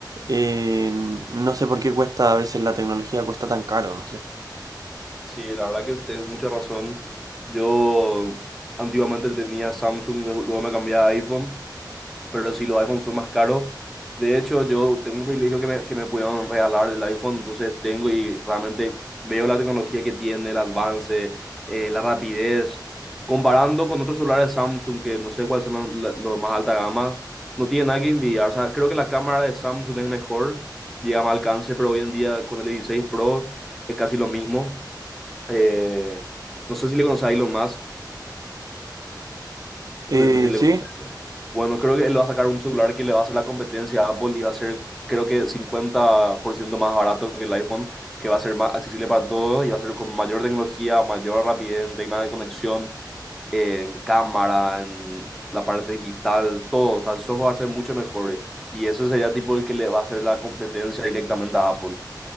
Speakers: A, on the right (about 55°); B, in the centre.
A: Eh, no sé por qué cuesta, a veces la tecnología cuesta tan caro, no sé.
B: Sí, la verdad que tienes mucha razón. Yo antiguamente tenía Samsung, luego me cambié a iPhone pero si los iPhones son más caros, de hecho yo tengo un privilegio que me, que me pudieron regalar el iPhone, entonces tengo y realmente veo la tecnología que tiene, el avance, eh, la rapidez, comparando con otros celulares Samsung, que no sé cuáles son los, los más alta gama, no tiene nada que envidiar, o sea, creo que la cámara de Samsung es mejor, llega a más alcance, pero hoy en día con el 16 Pro es casi lo mismo. Eh, no sé si le conoces a Elon Musk,
A: Eh,
B: le- si le
A: sí,
B: conoces Bueno, creo que él va a sacar un celular que le va a hacer la competencia a Apple y va a ser, creo que 50% más barato que el iPhone, que va a ser más accesible para todos y va a ser con mayor tecnología, mayor rapidez en tema de conexión, en cámara, en la parte digital, todo. O sea, el software va a ser mucho mejor eh, y ese sería tipo el que le va a hacer la competencia directamente a Apple.